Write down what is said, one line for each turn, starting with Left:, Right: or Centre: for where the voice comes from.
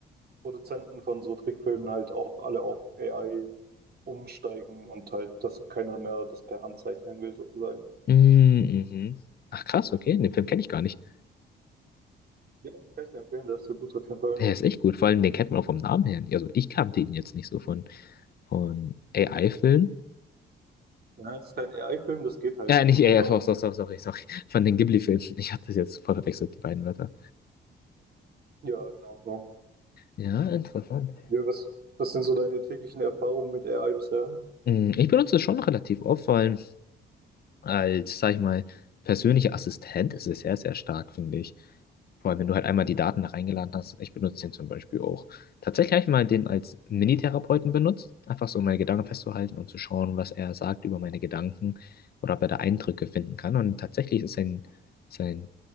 Right: Produzenten von so Trickfilmen halt auch alle auf AI umsteigen und halt, dass keiner mehr das per Hand zeichnen will sozusagen.
Left: Mm, Mhm. Ach krass, okay, den Film kenne ich gar nicht.
Right: Ja, kann ich dir empfehlen, der ist sehr gut auf jeden Fall.
Left: Er ist echt gut, vor allem den kennt man auch vom Namen her. nicht. Also ich kannte ihn jetzt nicht so von, von AI-Filmen.
Right: Nein, das ist kein AI-Film, das geht halt
Left: Ja,
Right: so
Left: nicht AI,
Right: darum.
Left: sorry, sorry, sorry, sorry, von den Ghibli-Filmen. Ich hatte das jetzt voll verwechselt, die beiden Wörter.
Right: Ja, genau, genau.
Left: Ja, interessant.
Right: Ja, was, was sind so deine täglichen Erfahrungen mit AI bisher?
Left: Hm, Ich benutze es schon relativ oft, vor allem als, sag ich mal, persönlicher Assistent ist es sehr, sehr stark, finde ich. Vor allem, wenn du halt einmal die Daten da reingeladen hast. Ich benutze den zum Beispiel auch. Tatsächlich habe ich mal den als Minitherapeuten benutzt, einfach so um meine Gedanken festzuhalten und zu schauen, was er sagt über meine Gedanken oder ob er da Eindrücke finden kann. Und tatsächlich ist sein, sein